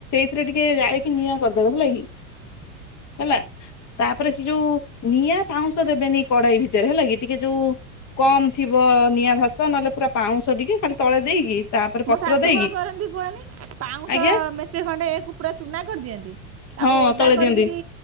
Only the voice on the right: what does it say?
ମୋ
ଶାଶୁ
କଣ କରନ୍ତି କୁହନି ପାଉଁଶ
ମେଞ୍ଚେ ଖଣ୍ଡେ ଏକୁ ପୁରା ଚୂନା କରିଦିଅନ୍ତି। ତାକୁ
ଓଦା
କରିକିରି